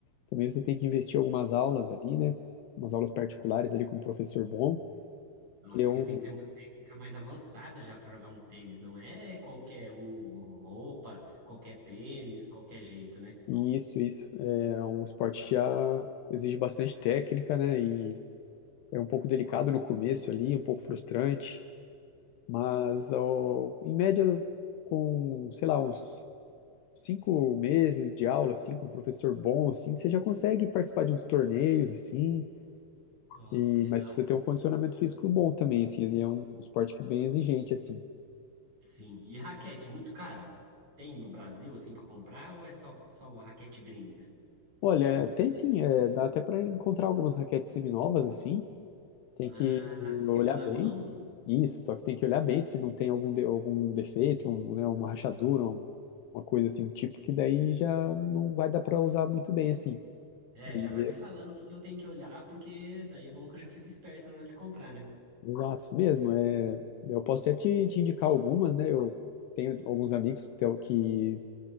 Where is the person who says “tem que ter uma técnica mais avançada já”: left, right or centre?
Right